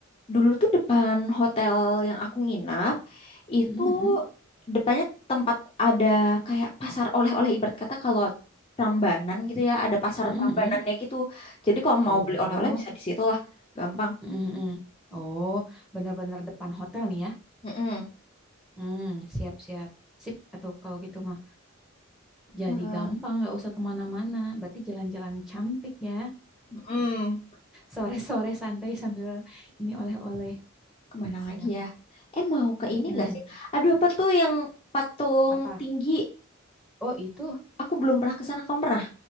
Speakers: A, on the left (about 25°); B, in the centre.
A: Dulu tuh depan hotel yang aku nginap itu
B: Mm-mm, mm-mm,
A: depannya tempat ada kayak pasar oleh-oleh ibarat kata kalau Prambanan gitu ya, ada pasar
B: mm-mm,
A: Prambanannya gitu. Jadi kalau
B: oh
A: mau beli oleh-oleh bisa di situ lah, gampang.
B: mm mm-mm. oh bener-bener depan hotel nih ya
A: Mm-mm.
B: hmm siap-siap sip atau kalau gitu mah Jadi
A: Ter-
B: gampang, nggak usah kemana-mana. Berarti jalan-jalan cantik ya.
A: mm-mm.
B: Sore-sore santai sambil ini oleh-oleh.
A: Kemana
B: Siap.
A: lagi ya? Eh mau ke
B: Mm-mm.
A: ini nggak sih? Aduh apa tuh yang patung
B: Apa?
A: tinggi?
B: Oh itu
A: Aku belum pernah ke sana, kamu pernah?